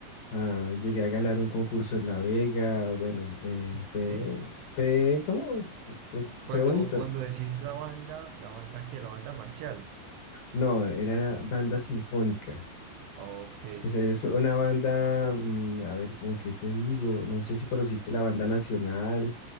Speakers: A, on the left; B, on the right.
A: Ah, llegué a ganar un concurso en La Vega, bueno, eh,
B: ok.
A: fue, fue como, es,
B: Cuando,
A: fue bonito.
B: cuando decís la banda, la banda que, la banda marcial.
A: No, era banda sinfónica.
B: Ah, Ok,
A: Es, es una banda, mm, a ver, cómo que te digo, no sé si conociste la banda nacional,